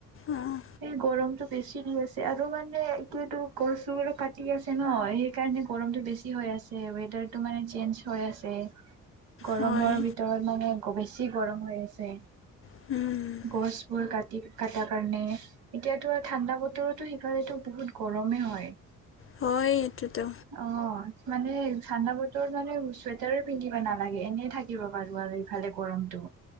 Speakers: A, on the left; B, on the right.
A: অঁ,
B: সেই গৰমতটো বেছি দি আছে আৰু মানে এতিয়াতো গছোবোৰো কাটি আছে ন' সেই সেইকাৰণে গৰমটো বেছি হৈ আছে, ৱেডাৰ টো মানে চেঞ্জ হৈ আছে। গৰমৰ
A: হয়
B: ভিতৰত মানে বেছি গৰম হৈ আছে।
A: উমঁ'।
B: গছ বোৰ কাটি কটা কাৰণে। এতিয়াতো আৰু ঠাণ্ডা বতৰতো সিফালেটো বহুত গৰমেই হয়।
A: হয় এইটোতো।
B: অঁ' মানে ঠাণ্ডা বতৰ মানে ছুৱেটাৰো পিন্ধিবা নালাগে এনেই থাকিব পাৰো আৰু। ফালে গৰমটো।